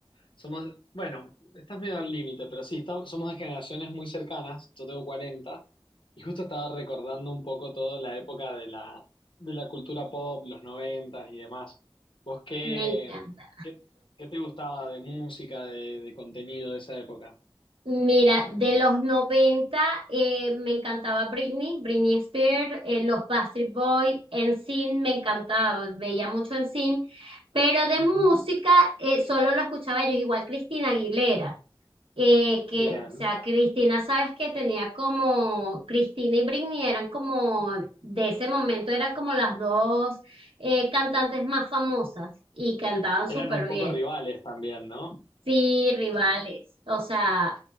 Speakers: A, on the left; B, on the right.
A: Somos, bueno, estás medio al límite, pero sí, estamos, somos de generaciones muy cercanas. Yo tengo 40 y justo estaba recordando un poco toda la época de la, de la cultura pop, los noventas y demás. ¿Vos qué,
B: Me encanta.
A: qué, qué te gustaba de música, de, de contenido de esa época?
B: Mira, de los 90, eh, me encantaba Britney, Britney Spears, eh, los Backstreet Boys, Sin me encantaba, veía mucho Sin, pero de música
A: Ujú.
B: eh, solo lo escuchaba ellos, igual Cristina Aguilera, eh, que,
A: Bien.
B: o sea, Cristina, sabes que tenía como, Cristina y Britney eran como, de ese momento eran como las dos eh, cantantes más famosas y cantaban
A: Eran
B: súper
A: un poco
B: bien.
A: rivales también, ¿no?
B: Sí, rivales. O sea,